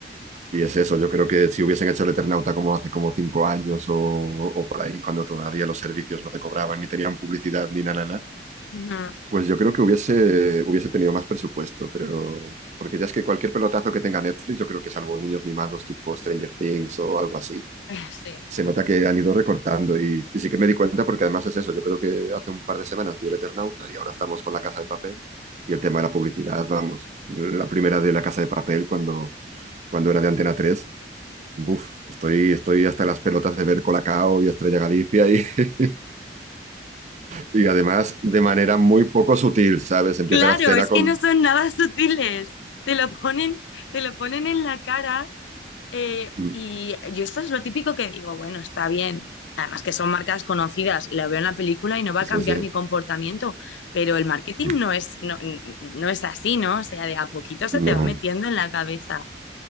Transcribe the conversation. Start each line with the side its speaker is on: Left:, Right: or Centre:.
Right: y es eso, yo creo que si hubiesen hecho el Eternauta como hace como cinco años o, o por ahí, cuando todavía los servicios no te cobraban, ni tenían publicidad, ni nada,
Left: Ujú.
Right: Pues yo creo que hubiese, hubiese tenido más presupuesto, pero porque ya es que cualquier pelotazo que tenga Netflix, yo creo que salvo niños mimados tipo Stranger Things o algo así,
Left: <laughs> Sí.
Right: se nota que han ido recortando y, y sí que me di cuenta porque además es eso, yo creo que hace un par de semanas vi El Eternauta y ahora estamos con La Casa de Papel y el tema de la publicidad, vamos, la primera de La Casa de Papel cuando, cuando era de Antena tres, buf, estoy, estoy hasta las pelotas de ver Colacao y Estrella Galicia y, <laughs> y además de manera muy poco sutil, ¿sabes? Empieza
Left: Claro,
Right: la escena
Left: es
Right: con...
Left: que no son nada sutiles. Te lo ponen, te lo ponen en la cara Eh,
Right: Mm,
Left: y yo esto es lo típico que digo, bueno, está bien. Además que son marcas conocidas, la veo en la película y no va
Right: Sí,
Left: a cambiar
Right: sí, sí.
Left: mi comportamiento, pero el marketing
Right: Mm,
Left: no es, no, n- no es así, ¿no? O sea, de a poquito se
Right: No.
Left: te va metiendo en la cabeza.